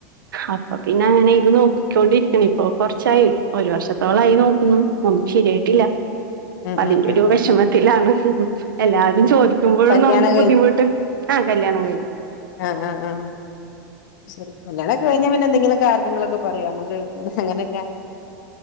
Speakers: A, on the right (about 80°); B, on the left (about 60°).
A: അപ്പൊ പിന്നെ അങ്ങനെ ഇത് നോക്കിക്കൊണ്ടിരിക്കണ് ഇപ്പൊ കൊറച്ചായി ഒരു വർഷത്തോളായി നോക്കുന്നു. ഒന്നും ശരിയായിട്ടില്ല.
B: ഉം
A: അതിന്റെ
B: ഉം
A: ഒരു
B: ഉം
A: വിഷമത്തിലാണ്
B: ഉം
A: എല്ലാരും ചോദിക്കുമ്പോഴും
B: കല്യാണം
A: നമുക്ക് ബുദ്ധിമുട്ട്. ആ കല്യാണം കഴിഞ്ഞു.
B: ആ, ആ ആ ശരി കല്യാണം ഒക്കെ കഴിഞ്ഞാ പിന്നെ എന്തെങ്കിലും കാരണങ്ങളൊക്കെ പറയാ നമ്മു അങ്ങനല്ല,